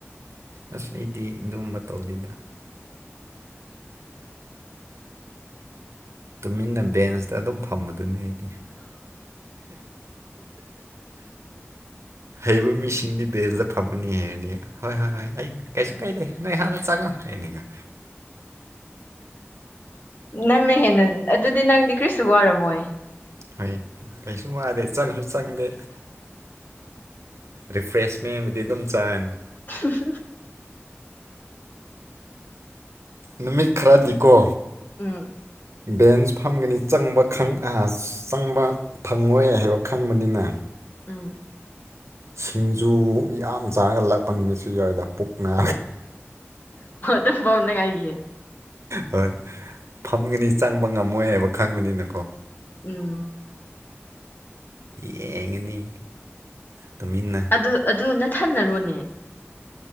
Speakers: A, on the right; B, on the left.
A: ꯑꯁ ꯑꯩꯗꯤ ꯏꯟꯕ ꯇꯧꯗꯅ ꯇꯨꯃꯤꯟꯅ ꯕꯦꯟꯁꯇ ꯑꯗꯨꯝ ꯐꯝꯕꯗꯨꯅꯤ ꯑꯩꯗꯤ ꯍꯩꯕ ꯃꯤꯁꯤꯡꯗꯤ ꯕꯦꯟꯁꯇ ꯐꯝꯃꯅꯤ ꯍꯩꯔꯅꯤ ꯍꯣꯏ ꯍꯣꯏ ꯍꯣꯏ ꯀꯩꯁꯨ ꯀꯩꯗꯦ ꯅꯣꯏ ꯍꯥꯟꯅ ꯆꯪꯉꯣ ꯍꯥꯏꯅꯤꯡꯉꯣ
B: ꯅꯪꯅ ꯍꯦꯟꯅ ꯑꯗꯨꯗꯤ ꯅꯪꯗꯤ ꯀ꯭ꯔꯤꯁꯨ ꯋꯥꯔꯝꯃꯣꯏ
A: ꯍꯣꯏ ꯀꯩꯁꯨ ꯋꯥꯗꯦ ꯆꯪꯁꯨ ꯆꯪꯗꯦ ꯔꯤꯐ꯭ꯔꯦꯁꯃꯦꯟ ꯑꯃꯗꯤꯗꯤ ꯑꯗꯨꯝ ꯆꯥꯅꯤ
B: <inaudible>
A: ꯅꯨꯃꯤꯠ ꯈꯔꯗꯤꯀꯣ
B: ꯎꯝ
A: ꯕꯦꯟꯁ ꯐꯝꯒꯅꯤ ꯆꯪꯕ ꯑ ꯆꯪꯕ ꯐꯪꯉꯣꯏ ꯍꯥꯏꯕ ꯈꯪꯕꯅꯤꯅ
B: ꯎꯝ
A: ꯁꯤꯡꯖꯨ ꯌꯥꯝ ꯆꯥꯔꯒ ꯂꯥꯛꯄ ꯅꯨꯃꯤꯠꯁꯨ ꯌꯥꯎꯋꯏꯗ ꯄꯨꯛ ꯔꯦ
B: ꯇ ꯐꯅꯉꯥꯏꯦ
A: ꯍꯣꯏ ꯐꯝꯒꯅꯤ ꯆꯪꯕ ꯉꯝꯃꯣꯏ ꯍꯥꯏꯕ ꯈꯪꯕꯅꯤꯅꯀꯣ
B: ꯎꯝ
A: ꯌꯦꯡꯉꯅꯤ ꯇꯨꯃꯤꯟꯅ
B: ꯑꯗꯨ ꯑꯗꯨ ꯅꯊꯟꯅꯔꯣꯅꯦ